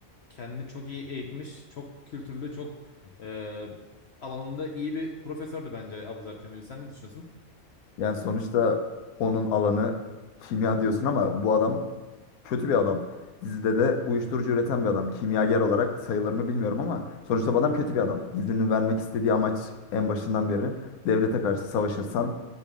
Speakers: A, on the left; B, on the left.
A: kendini çok iyi eğitmiş, çok kültürlü, çok e, alanında iyi bir profesördü bence Abuzer Kömürcü. Sen ne düşünüyorsun?
B: Yani sonuçta onun alanı kimya diyorsun ama bu adam kötü bir adam. Dizide de uyuşturucu üreten bir adam. Kimyager olarak sayılır mı bilmiyorum ama sonuçta bu adam kötü bir adam. Dizinin vermek istediği amaç en başından beri devlete karşı savaşırsan,